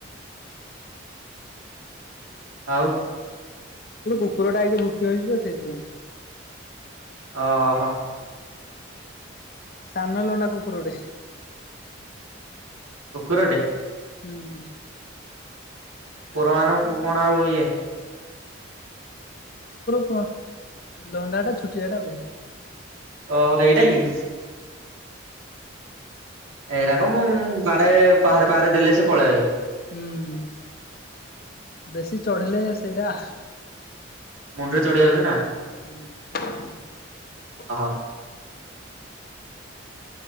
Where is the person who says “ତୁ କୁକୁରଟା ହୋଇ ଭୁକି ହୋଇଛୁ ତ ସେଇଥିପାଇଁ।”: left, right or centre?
Left